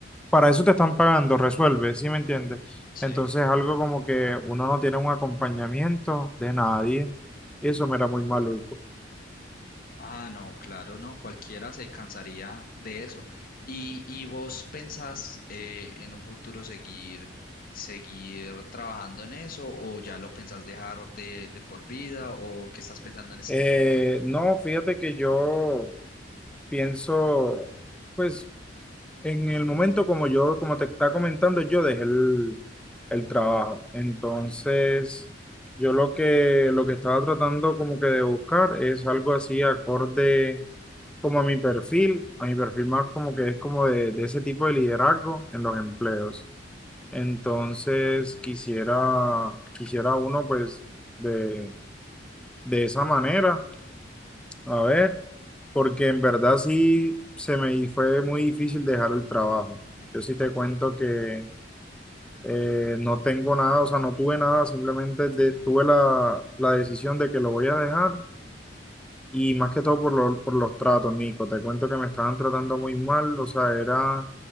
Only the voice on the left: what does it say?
Sí.
Ah, no, claro, no, cualquiera se cansaría de eso. ¿Y, y vos pensás eh, en un futuro seguir, seguir trabajando en eso o ya lo pensás dejar de, de por vida o qué estás pensando en este
momento?